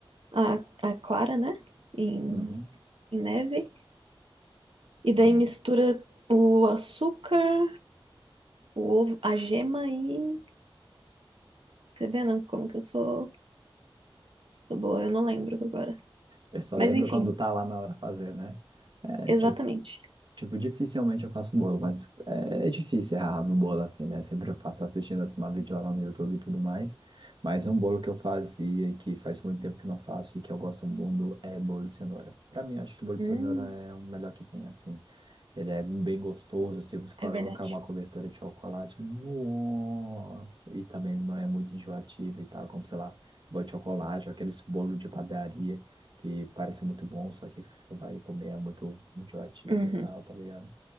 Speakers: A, on the right; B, on the right.
A: a, a clara, né? Em,
B: Uhum.
A: em neve. E daí
B: É.
A: mistura o açúcar, o ovo, a gema e Você vê, né, como que eu sou, sou boa? Eu não lembro agora.
B: Eu só
A: Mas
B: lembro
A: enfim,
B: quando tá lá na hora fazer, né? É
A: exatamente.
B: tipo, Tipo, dificilmente eu faço bolo, mas é, é difícil errar no bolo assim, né? Sempre eu faço assistindo assim uma videoaula no YouTube e tudo mais. Mas um bolo que eu fazia, que faz muito tempo que não faço e que eu gosto muito, é bolo de cenoura. Pra mim, acho que bolo
A: Hum,
B: de cenoura é o melhor que tem, assim. Ele é bem gostoso, se você colocar
A: é verdade.
B: uma cobertura de chocolate, nossa! E também ele não é muito enjoativo e tal, como, sei lá, bolo de chocolate, ou aqueles bolos de padaria que parecem muito bons, só que o vai comer é muito enjoativo
A: Uhum,
B: e tal, tá ligado?